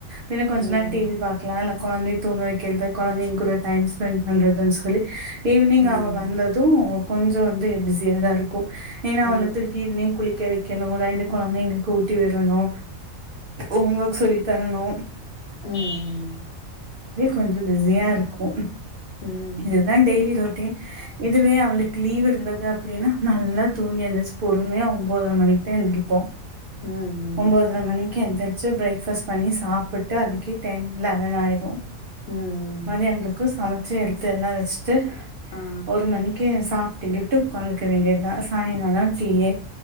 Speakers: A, on the right (about 55°); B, on the left (about 55°).
A: பின்ன கொஞ்சொ
B: ம்
A: நேரொ டிவி பாக்லா இல்ல கொழந்தைய தூங்க வெக்கிறது கொழந்தைங் கூட டைம் ஸ்பெண்ட் பண்றதுன் சொல்லி ஈவ்னிங்
B: ம்
A: அவ வந்தது கொஞ்சொ வந்து பிஸியா தா இருக் கு ஏன்னா
B: ம் ம்
A: வந்துட்டு ஈவ்னிங் குளிக்க வெக் கெணு ரெண்டு கொழந்தைங்களுக்கு ஊட்டி விடணு ஓம் ஒக் சொல்லி தரணு
B: உம் உம்
A: கொஞ்சொ பிஸியா இருக்கு
B: ம்
A: இது தா டெய்லி ரொட்டீன் இதுவே அவளுக்கு லீவ் இருந்தது அப்டின்னா நல்லா தூங்கி எந்துச் பொறுமையா ஒம்போதர மணிக்கு தா எந்திரிப்போ
B: ம் ம்
A: ஒம்போதர மணிக்கு எந்த்ரி ச்சு ப்ரேக்ஃபாஸ்ட் பண்ணி சாப்புட்டு அதுக்கே டைம் லெவன் ஆயிரு
B: ம்
A: மத்யானதுக்கு சம சேர்த்து எல்லா வெச் ட்டு
B: ஆ
A: ஒரு மணிக்கி எ சாப்ட்டு கீட்டு உக்காந்துக்க வேண்டியதா சாய்ங்காலொ டீயி